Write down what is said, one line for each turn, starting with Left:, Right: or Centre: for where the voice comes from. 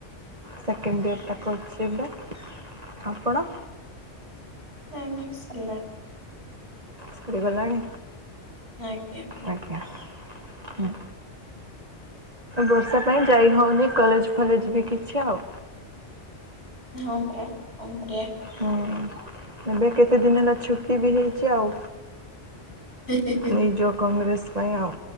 Right: ସେକେଣ୍ଡ ଇୟର୍ଟା କରୁଛି ବା। ଆପଣ?
Left: ନାଇଁ ମୋର ସାରିଲାଣି।
Right: ସରିଗଲାଣି।
Left: ଆଜ୍ଞା।
Right: ଆଜ୍ଞା ହୁଁ। ବର୍ଷା ପାଇଁ ଯାଇ ହଉନି କଲେଜ ଫଲେଜ ବି କିଛି ଆଉ।
Left: ହଁ ପରା କଣ କରିଆ।
Right: ହୁଁ ଏବେ କେତେ ଦିନ ହେଲା ଛୁଟି ବି ହେଇଛି ଆଉ।
Left: କରିବା
Right: ନି ଯୋ କଂଗ୍ରେସ ପାଇଁ ଆଉ